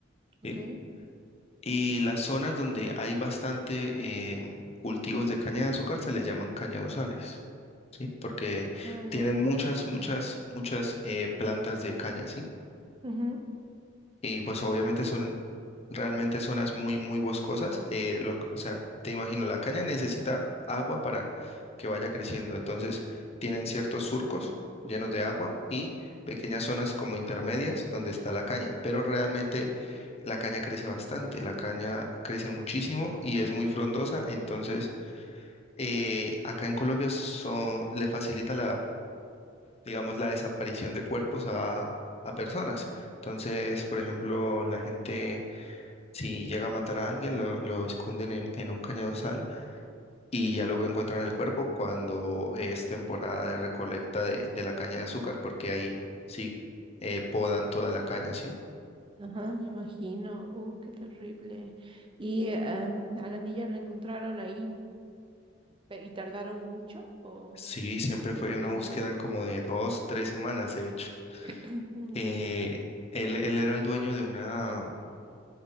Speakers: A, on the right (about 25°); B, on the left (about 30°).
A: Ok.
B: ¿sí? Y las zonas donde hay bastante eh, cultivos de caña de azúcar se les llaman cañaduzales. ¿sí? Porque
A: Ah,
B: tienen
A: ya.
B: muchas, muchas, muchas eh, plantas de caña, ¿sí?
A: Ujú.
B: Y pues obviamente son realmente zonas muy, muy boscosas. eh, lo c- o sea, te imagino, la caña necesita agua para que vaya creciendo. Entonces, tienen ciertos surcos llenos de agua y pequeñas zonas como intermedias donde está la caña. Pero realmente la caña crece bastante, la caña crece muchísimo y es muy frondosa. Entonces, eh, acá en Colombia son- le facilita digamos, la desaparición de cuerpos a, a personas. Entonces, por ejemplo, la gente, si llega a matar a alguien, lo, lo esconden en, en un cañaduzal y ya luego encuentran el cuerpo cuando es temporada de recolecta de, de la caña de azúcar, porque ahí sí eh, podan toda la caña, ¿sí?
A: Ajá, me imagino. Uh, qué terrible. ¿Y em, a la niña la encontraron ahí pe- y tardaron mucho? ¿O
B: Sí, siempre fue una
A: sí,
B: búsqueda
A: no?
B: como de dos, tres semanas, de hecho.
A: <clears throat> Ujú.
B: Eh, él, él era el dueño de una